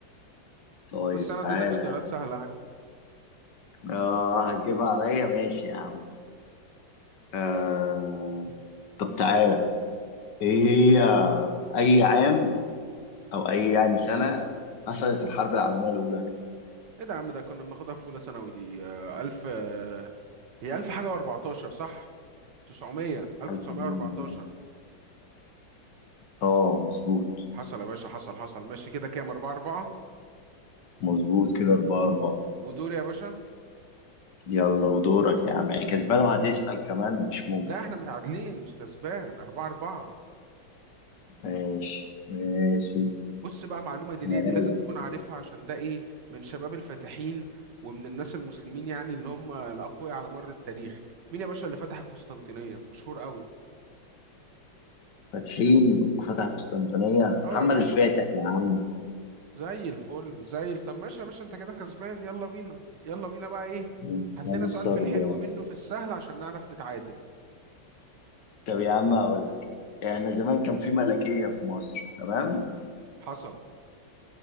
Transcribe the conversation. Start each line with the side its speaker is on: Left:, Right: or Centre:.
Left: طيب
Right: بس انا
Left: تعالى
Right: اديتك اختيارات
Left: يا عم
Right: سهلة يعني
Left: اه هتجيبها عليا ماشي يا عم آه طب تعالى ايه هي في اي عام او اي يعني سنة حصلت الحرب العالمية الاولى
Right: ايه ده يا عم ده كنا بناخدها في اولى ثانوي دي آه، الف آه، هي الف حاجه و14 صح 900 1914
Left: الحرب العالمية الأولى. اه مظبوط
Right: حصل يا باشا حصل حصل ماشي كده كام 4 4
Left: مظبوط كده اربعة اربعة
Right: ودور يا باشا
Left: يلا ودورك يا عم يعني كسبان وهتسأل كمان مش ممكن
Right: لا احنا متعادلين مش كسبان 4 4
Left: ماشي ماشي
Right: بص بقى معلومه دينيه
Left: مرايا
Right: دي لازم تكون عارفها عشان ده ايه من شباب الفاتحين ومن الناس المسلمين يعني اللي هم الاقوياء على مر التاريخ مين يا باشا اللي فتح القسطنطينيه مشهور قوي
Left: فاتحين وفتح قسطنطينية
Right: اه
Left: محمد
Right: يا باشا
Left: الفاتح يا عم
Right: زي الفل زي ال... طب ماشي يا باشا انت كده كسبان يلا بينا يلا بينا بقى ايه
Left: من
Right: هات
Left: خمسة
Right: لنا سؤال في
Left: أربعة
Right: الحلو منه في السهل عشان نعرف نتعادل
Left: طب يا عم هقول لك احنا زمان كان في ملكية في مصر تمام
Right: حصل